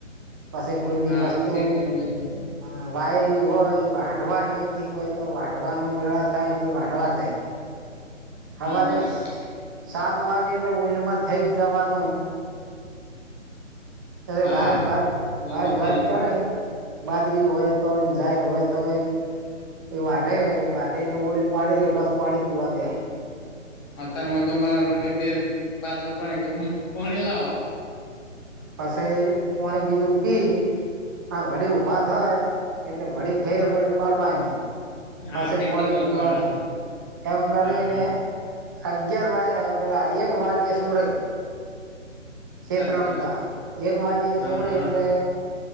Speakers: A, on the right; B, on the left.
A: પાછી કોઈ બી
B: હા,
A: વસ્તુ
B: શેતાની લેવું પડે.
A: હ વાયેલી હોય વાઢવાની હોય તો વાઢવાનું વેળા થાય એટલે વાઢવા જાય હવારે
B: હા, બરાબર.
A: સાત વાગે એટલે ઓઈલમાં થઈ જ જવાનું અ
B: હા,
A: વાત વાત
B: ઓલું
A: વાત
B: થઈ
A: વાત
B: જવું
A: કરે
B: પડે.
A: બાજરી હોય તોય ઝાર હોય તો હોય એ વાઠે વાેને ઓલ પાડી રે પસ પાણી પીવા દે
B: અત્યારેમાં તો મારા બ બે પાત્ર પણ પાણી લાવો
A: પાસે પોણી બીજું પીઈ હા વળી ઊભા થય એટલે વળી ફેર ઓઈલ પાડવા નહીં
B: હા,
A: પાસી
B: ફીરથી
A: પોણી
B: વલપાડા.
A: પીવાનું એમ કરીને
B: હા
A: અગિયાર વાગ પેલા એક વાગે સોડે છેત્રમ
B: સાચી વાત
A: તા એક વાજે
B: હા
A: સોળે એટલે